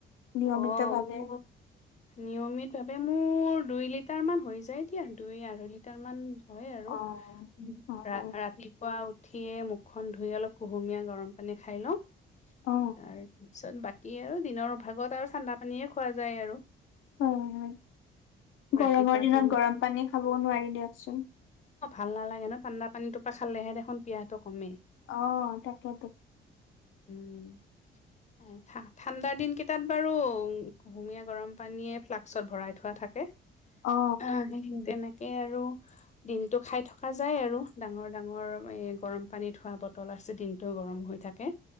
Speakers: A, on the left (about 85°); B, on the left (about 35°).
A: নিয়মিত
B: অ,
A: ভাৱে
B: মোৰ নিয়মিতভাৱে মোৰ দুই লিটাৰমান হৈ যায় দিয়া, দুই আঢ়ৈ লিটাৰমান হয় আৰু
A: অ
B: উম।
A: অ
B: ৰা-ৰাতিপুৱা
A: অ
B: উঠিয়ে মুখখন ধুই অলপ কুহুমীয়া গৰম পানী খাই লওঁ। তাৰপিছত
A: অ
B: বাকী আৰু দিনৰ ভাগত আৰু ঠাণ্ডা পানীয়ে খোৱা যায় আৰু।
A: হয়, হয়,
B: ৰাতিপুৱা
A: গৰমৰ দিনত
B: খিনি
A: গৰম পানী খাবও নোৱাৰি দিয়কচোন।
B: অ', ভাল নালাগে ন ঠাণ্ডা পানীতো পা খালেহে দেখোন পিয়াহটো কমে।
A: অ', তাকে তা
B: উম, আ। ঠা-ঠাণ্ডাৰ দিন কেইটাত বাৰু কুহুমীয়া গৰম পানীয়ে ফ্লাক্সত ভৰাই থোৱা থাকে।
A: অ
B: আহ, তেনেকেই আৰু দিনটো খাই থকা যায় আৰু ডাঙৰ, ডাঙৰ এই গৰম পানীত থোৱা বটল আছে, দিনটো গৰম হৈ থাকে।